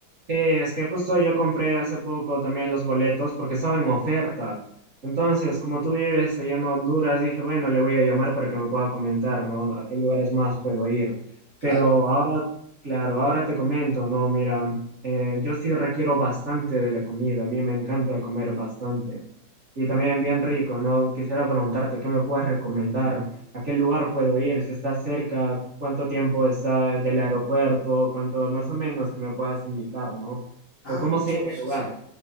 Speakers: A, on the right; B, on the left.
A: Sí, es que justo yo compré hace poco también los boletos porque estaba en oferta. Entonces, como tú vives allá en Honduras, dije, bueno, le voy a llamar para que me pueda comentar, ¿no? ¿A qué lugares más puedo ir?
B: Claro.
A: Pero ahora, claro, ahora te comento, ¿no? Mira, eh, yo sí requiero bastante de la comida, a mí me encanta comer bastante. Y también bien rico, ¿no? Quisiera preguntarte, ¿qué me puedes recomendar? a qué lugar puedo ir, si está cerca, cuánto tiempo está del aeropuerto, cuánto más o menos que me puedas indicar, ¿no?
B: Ah,
A: O cómo
B: hay muchos,
A: se llama el lugar.
B: sí.